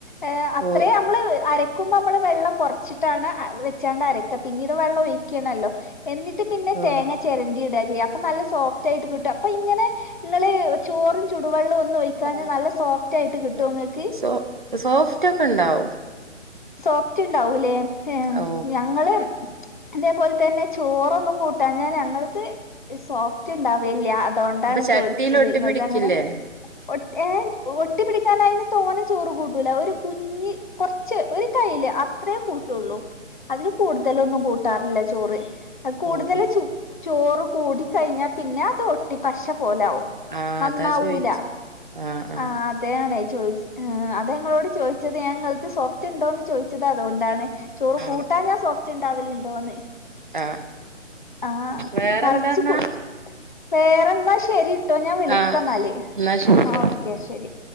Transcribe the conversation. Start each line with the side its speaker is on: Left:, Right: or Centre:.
Left: ഏഹ് അത്രേ
Right: ഓ
Left: ഞമ്മള് അരക്കുമ്പൊ ഞമ്മള് വെള്ളം കൊറ്ച്ചിട്ടാണ് വെച്ചാണ്ട് അര പിന്നീട് വെള്ളം ഒഴിക്കണല്ലൊ എന്നിട്ടും പിന്നെ
Right: ഓ
Left: തേങ്ങ ചെരണ്ടി ഇട ചെയ്യ അപം നല്ല സോഫ്റ്റായിട്ട് കിട്ടും അപ്പ ഇങ്ങനെ ഇങ്ങള് ചോറ് ചുടുവെള്ളം ഒന്ന് ഒഴിക്കാഞ്ഞ
Right: ഓ
Left: നല്ല സോഫ്റ്റ് ആയിട്ട് കിട്ടൊ
Right: ല്ല.
Left: ഇങ്ങക്ക്
Right: സോ സോഫ്റ്റ് ഒക്ക ഇണ്ടാവും
Left: സോഫ്റ്റ് ഇണ്ടാവുലേ ഏഹ്
Right: ഓ
Left: ഞങ്ങള് അതേപോല തന്നെ ചോറൊന്നും കൂട്ടാഞ ഞങ്ങൾത് സോഫ്റ്റ് ഇണ്ടാവില്ല അതോണ്ടാണ്
Right: അപ്പൊ ചട്ടിൽ
Left: ചോദിച്ചത്
Right: ഒട്ടി
Left: ഇങ്ങളതങ്ങനെ
Right: പിടിക്കില്ലേ
Left: ഒട്ടി ഏഹ് ഒട്ടി പിടിക്കാന അയിന് തോനെ ചോറ് കൂട്ടൂല ഒരു കുഞ്ഞി കൊറ് ച്ച് ഒരാ കയില് അത്രെ കൂട്ടൊള്ളു അതില് കൂട്തലൊന്നും കൂട്ടാറില്ല ചോറ് കൂടുതല്
Right: ഓ ഓ
Left: ചൊ ചോറ് കൂടി കഴിഞ്ഞ പിന്നെ അത് ഒട്ടി പശ പോലാവും
Right: ആ
Left: നന്നാവൂല
Right: അതാ ചോയിച്ച ആ ആ
Left: ആഹ് അ തെ ആണെ ചോദിച് ഏഹ് അതെ ഇങ്ങളോട് ചോദിച്ചത് ഞാ ഇങ്ങൾത് സോഫ്റ്റ്ണ്ടോന്ന് ചോയ്ച്ചത് അതോണ്ടാണ് ചോറ്
Right: ആ
Left: കൂട്ടാഞാ സോഫ്റ്റ് ഇണ്ടാവല്ണ്ടോന്ന്
Right: ആ
Left: ആഹ്
Right: വേറെന്താന്നാ
Left: നെറച്ച് കു വേറെന്നാ ശരി ട്ടൊ ഞാൻ വിളിക്കന്നാല്
Right: ആ എന്നാ ശരി
Left: ഓക്കെ ശരി